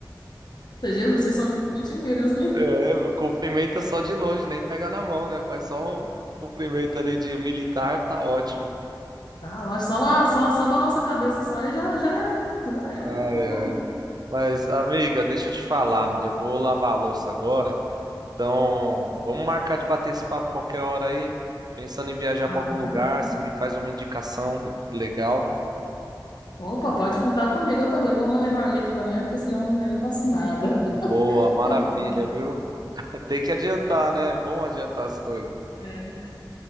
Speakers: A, on the left; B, on the right.
A: falei, Jesus, vocês são diferentes mesmo, hein?
B: É,
A: <laughs>
B: cumprimenta só de longe, nem pega na mão, né? Faz só um cumprimento ali de militar, tá ótimo.
A: Ah, eu só, uma, só, só balança a cabeça só e já, já é, já é,
B: Ai,
A: já acabou.
B: ai.
A: né?
B: Mas, amiga, deixa eu te falar, eu vou lavar a louça agora. Então, vamos marcar de bater esse papo qualquer hora aí. Pensando em viajar
A: Ah,
B: pra algum lugar,
A: uhum.
B: você me faz uma indicação legal.
A: Opa, pode contar comigo, eu também Eu vou arrumar minha marmita para amanhã, porque senão amanhã eu não faço nada. <laughs>
B: Boa, maravilha, viu? <laughs> Tem que adiantar, né? Vamos adiantar as coisas.
A: É. Então